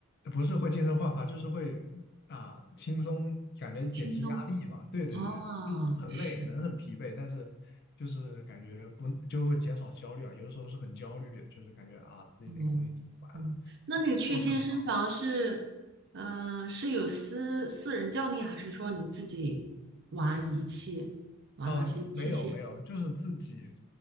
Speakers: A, on the left; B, on the right.
A: 不是会精神焕发，就是会啊轻松，感觉减轻压力嘛。
B: 轻松。
A: 对对对，
B: 哦，
A: 就是很累，
B: 是，
A: 人很疲惫，但是就是感觉不就会减少焦虑啊。有的时候是很焦虑，就是感觉啊自己哪个东西做不完了。
B: 嗯嗯，那你去健身房是，
A: 就是睡不着，
B: 呃，是有私私人教练，还是说你自己玩仪器，玩那些器械？
A: 嗯，呃没有没有，就是自己